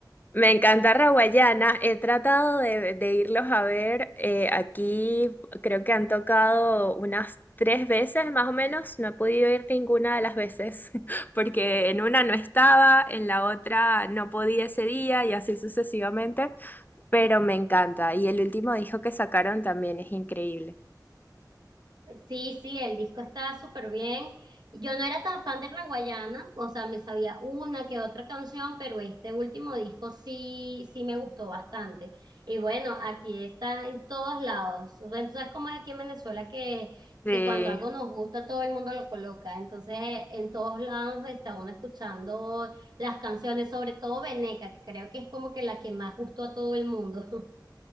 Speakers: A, on the left (about 25°); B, on the right (about 65°).
A: Me encanta Raguayana. He tratado de, de irlos a ver. eh, aquí creo que han tocado unas tres veces más o menos. No he podido ir ninguna de las veces <laughs> porque en una no estaba, en la otra no podía ese día y así sucesivamente. Pero me encanta. Y el último disco que sacaron también es increíble.
B: Sí, sí, el disco está súper bien. Yo no era tan fan de Raguayana, o sea, me sabía una que otra canción, pero este último disco sí, sí me gustó bastante. Y bueno, aquí está en todos lados. O sea, Tú sabes cómo es aquí en Venezuela que,
A: Sí,
B: que cuando algo nos gusta todo el mundo lo coloca. Entonces, en todos lados está uno escuchando las canciones, sobre todo Veneca, que creo que es como que la que más gustó a todo el mundo. <laughs>